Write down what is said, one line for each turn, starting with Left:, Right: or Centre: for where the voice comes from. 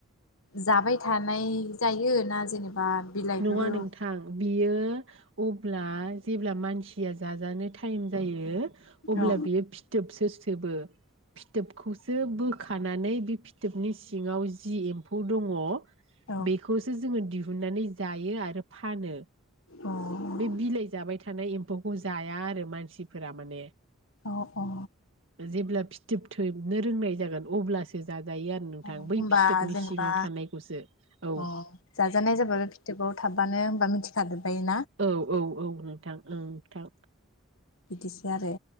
Left: जाबाय थानाय जायो ना जेनेब बा बिलाइफोरवो।
Right: नङा नोंथां बियो अब्ला जेब्ला मानसिया जाजानो थाइम जायो। अब्ला
Left: औ
Right: बियो फिथोबसो ओबो फिथोबखौसो बोखानानै बे फिथोबनि सिङाव जि एम्फौ दङ।
Left: औ
Right: बेखौसो जोङो दि नानै जायो आरो फानो।
Left: औ
Right: बे बिलाइ जाबाय थानाय एम्फौखौ जाया आरो मानसिफोरा माने
Left: औ
Right: जेब्ला फिथ थोब थोबनो रोंनाय जागोन अब्लासो जाग जायो आरो नोंथां
Left: औ
Right: बै
Left: होमबा
Right: फिथोबनि
Left: जेनेबा
Right: सिङाव थानायखौसो। औ
Left: अ जाजानाय जोबो फिथकआव थाबबानो होमबा मिथिखाजोबबाय।
Right: औ औ औ नोंथां ओं नोंथां।
Left: बिदिसो आरो।